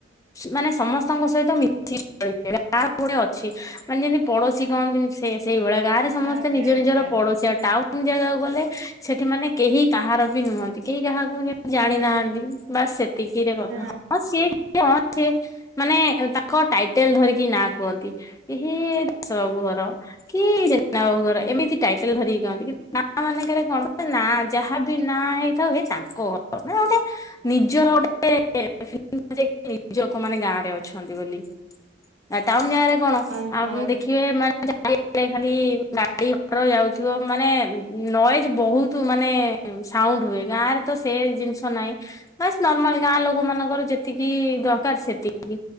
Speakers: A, on the left (about 15°); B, on the right (about 85°).
A: ମାନେ ସମସ୍ତଙ୍କ ସହିତ ମିଶିକି ରହିପାରିବେ। ତାର ଗୋଟେ ଅଛି ମାନେ ଯେମିତି ପଡୋଶୀ କହନ୍ତିନି ସେ ସେଇଭଳିଆ ଗାଁ ରେ ସମସ୍ତେ
B: ଆଜ୍ଞା
A: ନିଜ
B: ଆଜ୍ଞା
A: ନିଜର ପଡୋଶୀ ଆଉ ଟାଉନ୍ ନ୍ ଜାଗାକୁ ଗଲେ ସେଠି ମାନେ କେହି କାହାର ବି ନୁହଁନ୍ତି କେହି କାହା କୁ ଯେମିତି ଜାଣିନାହାନ୍ତି ବାସ୍ ସେତିକିରେ କଥା।
B: ଆଜ୍ଞା
A: ହଁଁ ସି କି ହଁ ସ ମାନେ ତାଙ୍କ ଟାଇଟେଲ ଧରିକି ନାଁ କୁହନ୍ତି। କି ହେ ଦାଶ ବାବୁ ଘର। କି ଜେନାବାବୁ ଘର ଏମିତି ଟାଇଟେଲ ଧରିକି କହନ୍ତି। କିନ୍ତୁ ଗାଁ ମାନଙ୍କରେ କଣ ଗୋଟେ ନା ଯାହା ବି ନା ହେଇଥାଉ ହେ ତାଙ୍କ ଘର। ମାନେ ଗୋଟେ ନିଜର ଗୋଟେ ଲାଗେ <unintelligible> ନିଜ ଲୋକ ମାନେ ଗାଁରେ ଅଛନ୍ତି ବୋଲି। ଆ ଟାଉନ ଜାଗାରେ କଣ
B: ଆଜ୍ଞା
A: ଆପଣ
B: ଆଜ୍ଞା।
A: ଦେଖିବେ ମାନେ ଚାରିଆଡେ ଖାଲି ଗାଡି ମଟର ଯାଉଥିବ ମାନେ ନଏଜ ବହୁତ ମାନେ ସାଉଣ୍ଡ ହୁଏ। ଗାଁରେ ତ ସେ ଜିନିଷ ନାହିଁ ବାସ୍ ନର୍ମାଲ ଗାଁ ଲୋକ ମାନଙ୍କର ଯେତିକି ଦରକାର ସେତିକି।